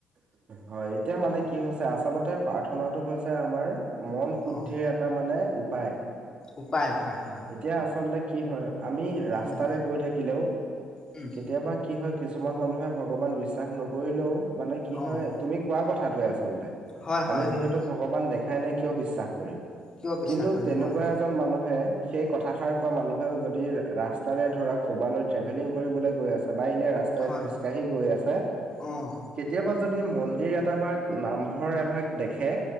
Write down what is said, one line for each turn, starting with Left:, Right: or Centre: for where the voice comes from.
Right: হয়, এতিয়া মানে কি হৈছে আচলতে, প্ৰাৰ্থনাটো হৈছে আমাৰ মন শুদ্ধিৰ
Left: অ'
Right: এ এটা মানে উপায়।
Left: উপায় উপায়, হয়।
Right: এতিয়া আচলতে কি হয়? আমি ৰাস্তাৰে
Left: উম,
Right: গৈ থাকিলেও,
Left: উম,
Right: কেতিয়াবা কি হয়, কিছুমান মানুহে ভগৱান বিশ্বাস নকৰিলেও, মানে কি
Left: অ'
Right: হয়? তুমি কোৱা কথাটোৱেই আচলতে,
Left: হয় হয়
Right: আমি যিহেতু
Left: হয়।
Right: ভগৱান দেখাই নাই, কিয় বিশ্বাস কৰিম?
Left: কিয় বিশ্বাস
Right: কিন্তু
Left: কৰিম
Right: তেনেকুৱা
Left: হয়
Right: এজন মানুহে সেই কথাষাৰ কোৱা মানুহেও যদি, ৰাস্তাৰে ধৰা কবালৈ ট্ৰেভেলিং কৰিবলৈ গৈ আছে বা এনে ৰা স্তাৰে
Left: হয়
Right: খোজকাঢ়ি গৈ আছে।
Left: অঁ
Right: কেতিয়াবা যদি মন্দিৰ এটা বা নামঘৰ এভাগ দেখে